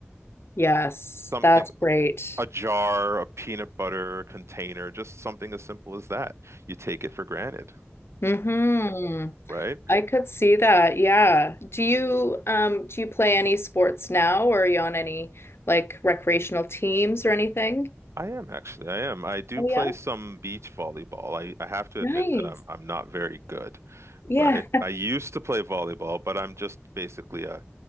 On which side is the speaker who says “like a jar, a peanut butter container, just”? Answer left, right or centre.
Right